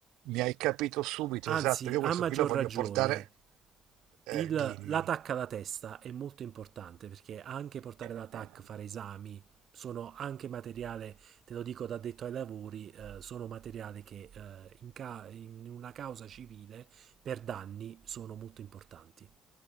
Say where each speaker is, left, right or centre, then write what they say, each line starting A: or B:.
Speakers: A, on the right (about 70°); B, on the right (about 55°).
A: mi hai capito subito,
B: Anzi,
A: esatto. Io
B: a
A: questo
B: maggior
A: qui lo voglio
B: ragione,
A: portare, eh,
B: il-
A: dimmi.
B: l'attacco alla testa è molto importante perché anche portare
A: Eh,
B: l'attacco, fare esami, sono anche materiale, te lo dico da detto ai lavori, eh, sono materiale che eh, in ca- in una causa civile per danni sono molto importanti.